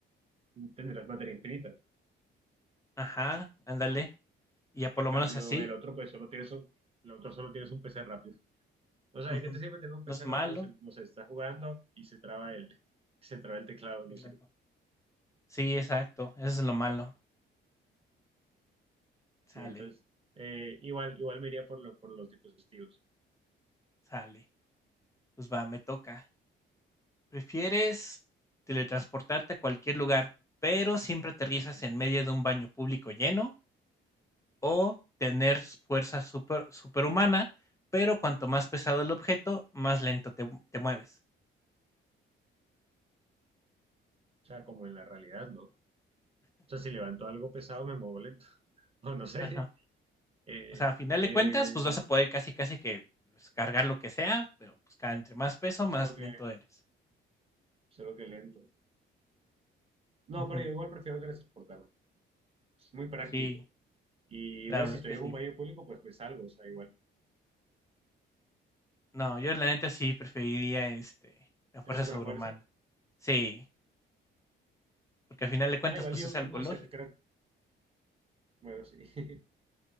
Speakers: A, on the right; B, on the left.
A: tendrás batería infinita.
B: Ajá, ándale. Y ya por
A: En
B: lo
A: cambio,
B: menos así,
A: el otro, pues solo tienes un, el otro solo tienes un PC rápido. O sea,
B: Ujú.
A: ¿de qué te sirve tener un PC
B: No es malo,
A: rápido? si, no sé, estás jugando y se traba el, se traba el teclado, no
B: teclado.
A: sirve.
B: Sí, exacto, eso es lo malo. Sale,
A: Sí, entonces, eh, igual, igual me iría por, lo, por los dispositivos.
B: sale. Pues va, me toca. ¿Prefieres teletransportarte a cualquier lugar, pero siempre aterrizas en medio de un baño público lleno? ¿O tener fuerza super, superhumana, pero cuanto más pesado el objeto, más lento te, te mueves?
A: O sea, como en la realidad, ¿no? O sea, si levanto algo pesado, me muevo lento. <laughs> O no sé.
B: Ajá.
A: Eh,
B: O sea, a final
A: eh,
B: de cuentas, pues vas a poder casi, casi que pues, cargar lo que sea, pero pues cada entre más peso, más
A: solo que,
B: lento eres.
A: solo que lento. No,
B: Ujú.
A: pero yo igual prefiero teletransportarme. Es muy práctico.
B: Sí,
A: Y
B: la
A: bueno,
B: verdad
A: si estoy
B: que
A: en
B: sí.
A: un baño público, pues me salgo, o sea, igual.
B: No, yo la neta sí preferiría, este, la fuerza
A: La superfuerza.
B: sobrehumana. Sí, porque al final de cuentas,
A: Ah, igual
B: pues
A: yo
B: es
A: creo-
B: algo
A: no
B: lógico.
A: sé, creo Bueno, sí. <laughs>